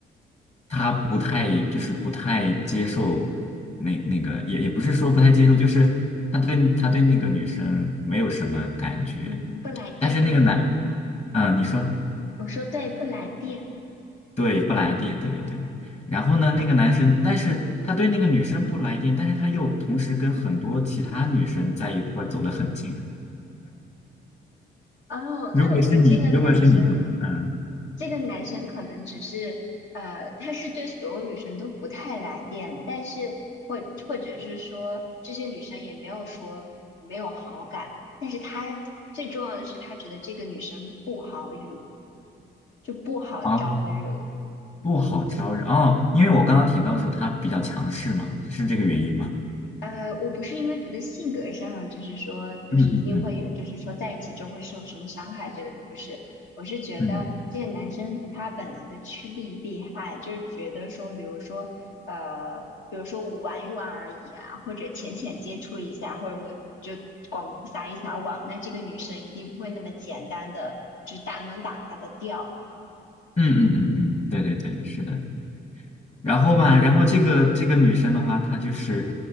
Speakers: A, on the left; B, on the left.
A: 他不太就是不太接受那那个，也也不是说不太接受，就是他对他对那个女生没有什么感觉，
B: 嗯，不来电，
A: 但是那个男，嗯，你说
B: 我说对，不来电。
A: 对，不来电，对对对。然后呢，那个男生，但是他对那个女生不来电，但是他又同时跟很多其他女生在一块儿走得很近。
B: 哦，
A: 如果是你，
B: 那我觉得这个男生，
A: 如果是你的话，嗯，
B: 这个男生可能只是，呃，他是对所有女生都不太来电，但是或或者是说这些女生也没有说没有好感，但是他最重要的是他觉得这个女生不好惹，就不好招惹。
A: 啊，不好招惹哦，因为我刚刚提到说他比较强势嘛，是这个原因吗？
B: 呃，我不是因为觉得性格上就是说，就是一定会有，
A: 嗯嗯嗯
B: 就是说在一起就会受什么伤害之类的，不是。我是觉得这个男生他本能的趋利避害，
A: 嗯
B: 就是觉得说，比如说，呃，比如说我玩一玩而已啊，或者浅浅接触一下，或者我就广撒一撒网，那这个女生一定不会那么简单的，就是大能打发的掉，
A: 嗯嗯嗯嗯，对对对，是的。然后吧，然后这个这个女生的话，她就是，